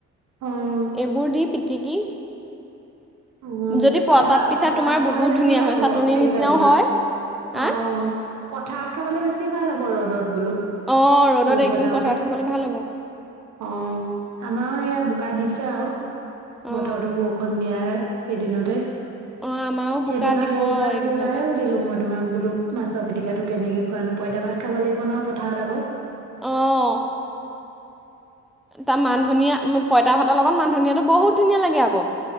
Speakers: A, on the right; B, in the centre.
A: অ',
B: এইবোৰ দি পিটিকি
A: অ',
B: যদি পোৱা
A: পথাৰ
B: তাত পিছ
A: পথাৰত
B: তোমাৰ
A: খাবলে
B: বহুত
A: বেছি
B: ধুনীয়া
A: ভাল
B: হয়।
A: হ'ব
B: চাটনীৰ
A: এইকেইটা
B: নিচিনাও
A: দিনত।
B: হয়। হা
A: অ, পথাৰত খাবলে বেছি ভাল হ'ব ৰ'দত। বোলো
B: অ, ৰ'দত
A: ৰুব
B: একেদিন
A: যাওঁতে।
B: পথাৰত খাবলে ভাল হ'ব।
A: অ, আমাৰো এয়া বোকা দিছে আৰু
B: অঁ
A: বতৰটো বৰষুণ দিয়াই। কেইদিনতে
B: অঁ আমাৰো বোকা
A: সেইটো কাৰ
B: দিব
A: সেইবাৰ
B: এইকেইদিনতে
A: সেইবাৰে সুধিলো মই তোমাক বোলো, মাছৰ পিটিকাটো কেনেকে খুৱনো পইতা ভাত খাব লাগিব ন পথাৰত আকৌ।
B: অঁ তাৰ মান ধনিয়া, পইতা ভাতৰ লগত মান ধনিয়ো বহুত ধুনীয়া লাগে আকৌ।